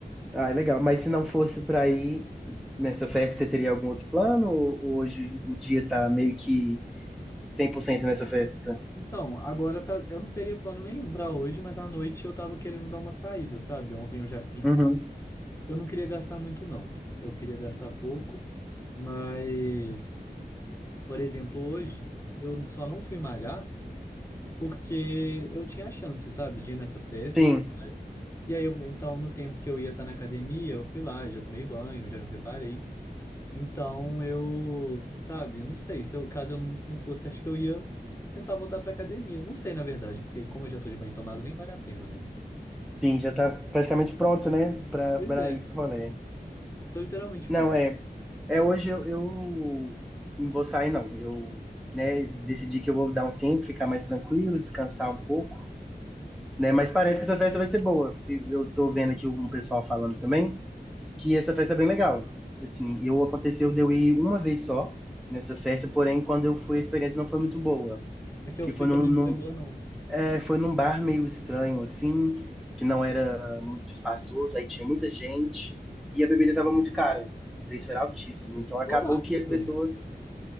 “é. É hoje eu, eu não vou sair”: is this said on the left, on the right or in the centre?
Centre